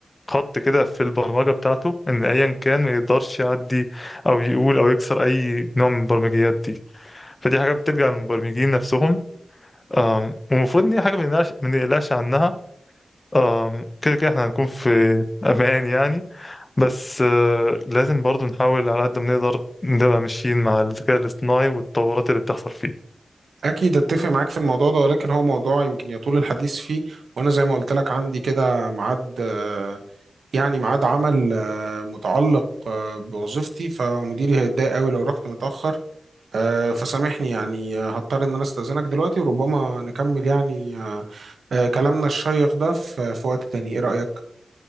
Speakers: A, on the left (about 35°); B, on the right (about 80°).
A: خط كده في البرمجة بتاعته إن أيا كان ما يقدرش يعدي أو يقول أو يكسر أي نوع من البرمجيات دي فدي حاجات بترجع للمبرمجين نفسهم أم، ومفروض إن هي حاجة ما نقلقش ما نقلقش عنها آم، كده كده احنا هنكون في امان يعني بس آه، لازم برضو نحاول على قد ما نقدر نبقى ماشيين مع الذكاء الاصطناعي والتطورات اللي بتحصل فيه
B: أكيد أتفق معاك في الموضوع ده ولكن هو موضوع يمكن يطول الحديث فيه وأنا زي ما قلت لك عندي كده ميعاد آه، يعني ميعاد عمل آه، متعلق آه، بوظيفتي فمديري هيتضايق أوي لو رحت متأخر آه، فسامحني يعني آه، هضطر إن أنا أستأذنك دلوقتي وربما نكمل يعني آه، آه، كلامنا الشيق ده في في وقت تاني إيه رأيك؟